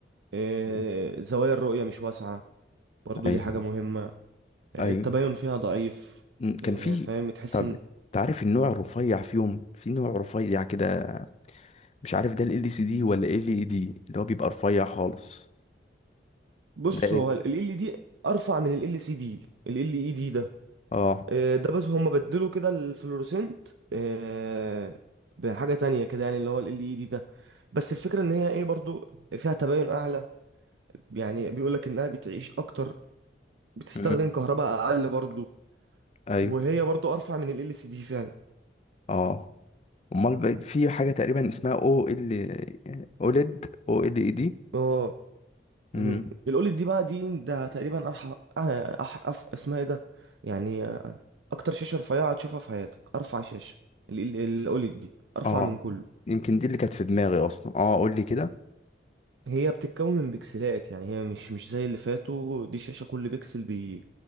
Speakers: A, on the right (about 85°); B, on the left (about 35°).
A: آه،
B: مم.
A: زوايا الرؤية مش واسعة برضو
B: ايوه
A: دي حاجة مهمة آه،
B: ايوه
A: التباين فيها ضعيف
B: م، كان
A: آه،
B: في
A: فاهم تحس
B: طب
A: ان
B: تعرف النوع الرفيع فيهم في نوع رفيع كده مش عارف ده ال سي دي ولا ال اي دي اللي هو بيبقى رفيع خالص
A: بص
B: ده ايه
A: هو ال ال دي ارفع من ال ال سي دي ال ال اي دي ده
B: اه
A: آه، ده بس هما بدلوا كده الفلوروسنت آه، بحاجة تانية كده يعني اللي هو ال ال اي دي ده بس الفكرة ان هي ايه برضو فيها تباين اعلى يعني بيقولك انها بتعيش اكتر بتستخدم
B: مم.
A: كهرباء اقل برضو
B: ايوه
A: وهي برضو ارفع من ال ال سي دي فعلا
B: اه امال بقى في حاجه تقريبا اسمها او ال اوليد او ال اي دي
A: اه
B: امم
A: مم. الاولد دي بقى دي ده تقريبا ارحف أح... أف... اسمها ايه ده يعني آه، اكتر شاشه رفيعه هتشوفها في حياتك ارفع شاشه الاولد دي ارفع
B: اه
A: من كله
B: يمكن دي اللي كانت في دماغي اصلا اه قول لي كده
A: هي بتتكون من بكسلات يعني هي مش مش زي اللي فاتوا دي شاشه كل بكسل بي...